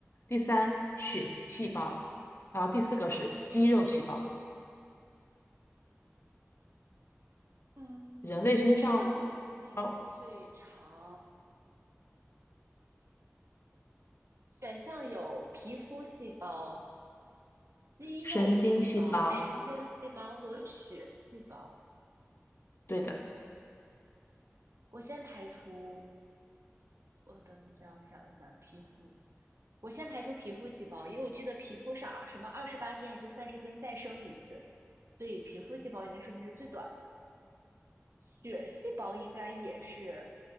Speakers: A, on the left; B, on the right.
A: 第三血细胞，然后第四个是肌肉细胞。
B: 嗯，
A: 人类身上
B: 寿命最长
A: 哦，
B: 选项有皮肤细胞、肌肉细胞、
A: 神经细胞，
B: 神经细胞和血细胞。
A: 对的。
B: 我先排除，我等一下，我想一想。皮肤，我先排除皮肤细胞，因为我记得皮肤是二什么二十八天还是三十天再生一次，所以皮肤细胞应该寿命是最短的。血细胞应该也是